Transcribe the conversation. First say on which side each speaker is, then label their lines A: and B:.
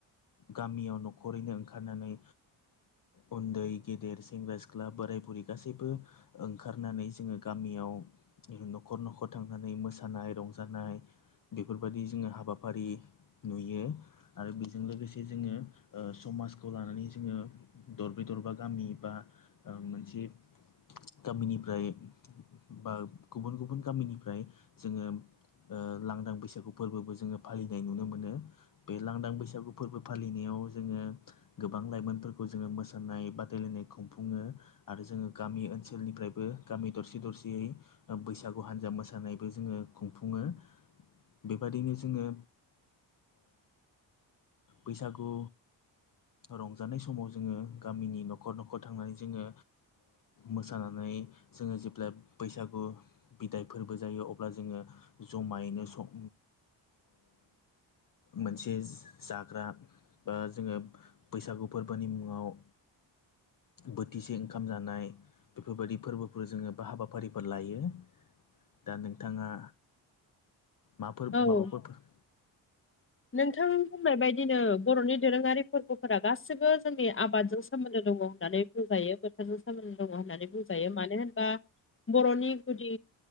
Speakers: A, on the left; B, on the left.
A: गामियाव न'खरैनो ओंखारनानै उन्दै गेदेर सेंग्रा सिख्ला बोराय बुरि गासैबो ओंखारनानै जोङो गामियाव न'खर न'खर थांनानै मोसानाय रंजानाय बेफोरबायदि जोङो हाबाफारि नुयो आरो बेजों लोगोसे जोङो समाजखौ लानानै जोङो दरबे दरबा गामि बा मोनसे गामिनिफ्राय बा गुबुन गुबुन गामिनिफ्राय जोङो लांदां बैसागु फोरबोबो जोङो फालिनाय नुनो मोनो बे लांदां बैसागु फोरबो फालिनायाव जोङो गोबां लाइमोनफोरखौ जोङो मोसानाय बादायलायनाय खुंफुङो आरो जोङो गामि ओनसोलनिफ्रायबो गामि दरसे दरसेयै बैसागु हान्जा मोसानायबो जोङो खुंफुङो बेबायदिनो जोङो बैसागु रंजानाय समाव जोङो गामिनि न'खर न'खर थांनानै जोङो मोसानानै जोङो जेब्लााय बैसागु बिदायफोरबो जायो अब्ला जोङो जमायैनो सं मोनसे जाग्रा बा जोङो बैसागु फोरबोनि मुङाव बोथिसे ओंखाम जानाय बेफोरबायदि फोरबोफोर जोङो बा हाबाफारिफोर लायो दा नोंथाङा माफोर
B: औ
A: माबाफोरफोर
B: नोंथां बुंनाय बायदिनो बर'नि दोरोङारि फोरबोफोरा गासिबो जोंनि आबादजों सोमोन्दो दङ होननानै बुंजायो बोथोरजों सोमोनद दङ होननानै बुंजायो मानो होनबा बर'नि गुदि